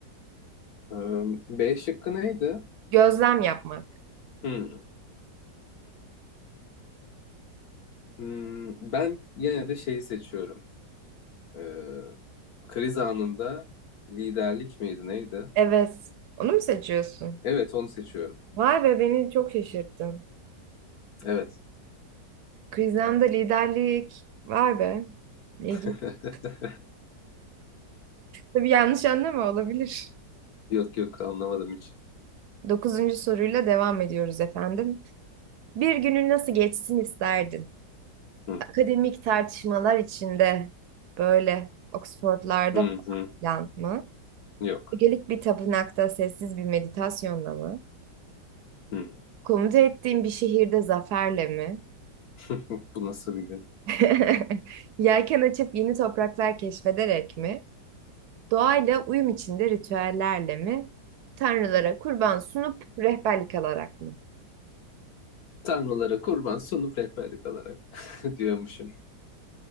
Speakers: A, on the left; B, on the right.
A: Ee, B şıkkı neydi?
B: Gözlem yapmak.
A: Hmm. Hmm, ben yine de şeyi seçiyorum. Ee, kriz anında liderlik miydi neydi?
B: Evet. Onu mu seçiyorsun?
A: Evet onu seçiyorum.
B: Vay be beni çok şaşırttın.
A: Evet.
B: Kriz anında liderlik. Vay be. İlginç.
A: <laughs>
B: Tabii yanlış anlama olabilir.
A: Yok yok anlamadım hiç.
B: Dokuzuncu soruyla devam ediyoruz efendim. Bir günün nasıl geçsin isterdin?
A: Hı,
B: Akademik tartışmalar içinde böyle Oxford'larda
A: hı, hı.
B: falan mı?
A: Yok.
B: Gelik bir tapınakta sessiz bir meditasyonla mı?
A: Hı.
B: Komuta ettiğin bir şehirde zaferle mi?
A: <laughs> Bu nasıl bir gün?
B: <laughs> Yelken açıp yeni topraklar keşfederek mi? Doğayla uyum içinde ritüellerle mi? Tanrılara kurban sunup rehberlik alarak mı?
A: Tanrılara kurban sunup rehberlik alarak <laughs> diyormuşum.